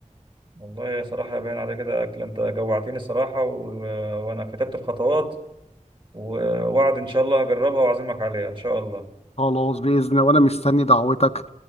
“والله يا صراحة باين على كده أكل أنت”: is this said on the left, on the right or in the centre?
Right